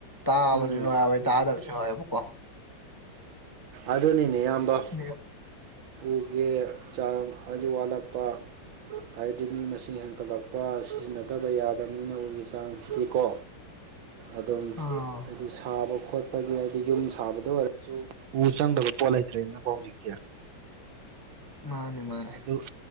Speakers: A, on the left (about 25°); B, on the right (about 75°).
A: ꯇꯥꯕꯁꯨ
B: ꯎꯝ
A: ꯌꯥꯎꯋꯦ ꯇꯥꯗꯕꯁꯨ ꯌꯥꯎꯋꯦꯕꯀꯣ
B: ꯑꯗꯨꯅꯤꯅꯦ ꯏꯌꯥꯝꯕ
A: <inaudible>
B: ꯎꯒꯦ ꯆꯥꯡ ꯍꯥꯏ ꯋꯥꯠꯂꯛꯄ ꯍꯥꯏꯕꯗꯤ ꯃꯤ ꯃꯁꯤꯡ ꯍꯦꯟꯀꯠꯂꯛꯄ ꯁꯤꯖꯤꯟꯅꯗꯕ ꯌꯥꯗꯕ ꯃꯤꯅ ꯎꯒꯤ ꯆꯥꯡꯁꯤꯗꯤꯀꯣ ꯑꯗꯨꯝ
A: ꯑꯥ
B: ꯍꯥꯏꯗꯤ ꯁꯥꯕ ꯈꯣꯠꯄ ꯑꯩꯈꯣꯏꯒꯤ ꯍꯥꯏꯗꯤ ꯌꯨꯝ ꯁꯥꯕꯗ ꯑꯣꯏꯔꯁꯨ ꯎ ꯆꯪꯗꯕ ꯄꯣꯠ ꯂꯩꯇ꯭ꯔꯦꯅꯀꯣ ꯍꯧꯖꯤꯛꯇꯤ
A: ꯃꯥꯅꯦ ꯃꯥꯅꯦ
B: ꯑꯗꯨꯗ